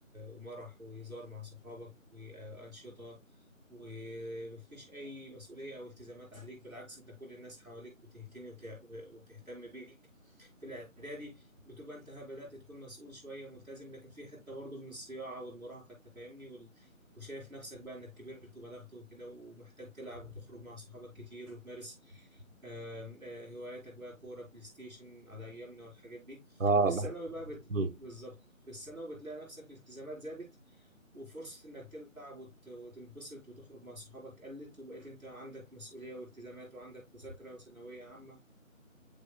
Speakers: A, on the right; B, on the right.
A: ومرح وهزار مع صحابك وأنشطة ومفيش أي مسؤولية أو التزامات عليك بالعكس انت كل الناس حواليك بتهتني وت... وتهتم بيك في الإعدادي بتبقى انت بدأت تكون مسؤول شوية ملتزم لكن في حتة برضه من الصياعة والمراهقة انت فاهمني وشايف نفسك بقى انك كبرت وبلغت وكده ومحتاج تلعب وتخرج مع صحابك كتير وتمارس آم، آه، هواياتك بقى كورة بلاي ستيشن على ايامنا والحاجات دي
B: اه
A: في الثانوي
B: الله
A: بقى بت...
B: مم.
A: بالظبط في الثانوي بتلاقي نفسك الالتزامات زادت وفرصة انك تلعب وت... وتنبسط وتخرج مع صحابك قلت وبقيت انت عندك مسؤولية والتزامات وعندك مذاكرة وثانوية عامة